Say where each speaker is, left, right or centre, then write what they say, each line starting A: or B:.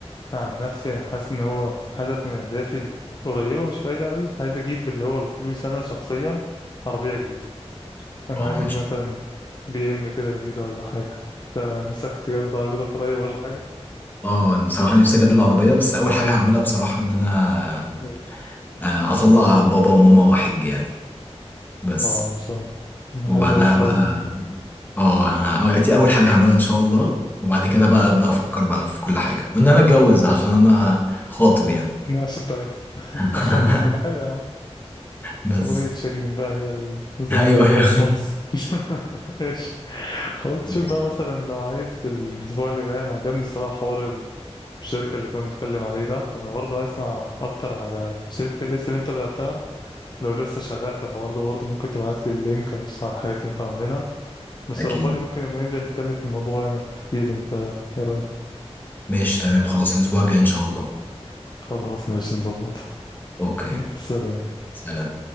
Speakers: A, on the left; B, on the left.
A: أنا عن نفسي يعني حاسس إن هو هدف من أهدافي القريبة مش بعيدة أوي عايز أجيب اللي هو بفلوس أنا شخصيا عربية جديدة أنا
B: اه
A: عايز
B: أنا
A: أجيب
B: مش-
A: مثلا بي إم كده لذيذة ولا حاجة أنت نفسك تجد عربيتك قريب ولا حاجة؟
B: اه أنا بصراحة نفسي اجدد العربية بس اول حاجة هعملها بصراحة ان انا
A: إيه
B: آه، اطلع بابا وماما حج يعني بس
A: اه إن شاء الله طب ما
B: وبعدها
A: حلو أوي الحوار
B: بقى
A: ده
B: اه ه- دي اول حاجه هعملها ان شاء الله وبعد كده بقى
A: <laughs>
B: ابدا افكر بقى في كل حاجه وان انا اتجوز عشان انا خاطب يعني
A: عشان أنت عارف
B: <laughs>
A: أخاطب طب حلو يا عم
B: بس
A: أغنية شيرين بقى هي اللي ظبطت
B: ايوه
A: المود
B: هي <laughs>
A: خالص <laughs> ايش خلاص شوف
B: ماشي.
A: بقى مثلا لو عايز الأسبوع اللي جاي أنا عجبني الصراحة حوار الشركة اللي كنا بنتكلم عليه ده وأنا برضه عايز أسمع أكتر على شركة الليست اللي أنت بدأتها لو لسه شغال في الحوار ده برضه ممكن تبعت لي اللينك أبص على الحاجات اللي أنت عاملينها بس
B: أكيد
A: لو فاضي ممكن نبقى ننزل نتكلم في الموضوع يعني وتحكي لي أنت إيه رأيك
B: ماشي تمام خلاص الاسبوع الجاي ان شاء الله
A: خلاص ماشي نظبطها
B: اوكي
A: يلا سلام
B: سلام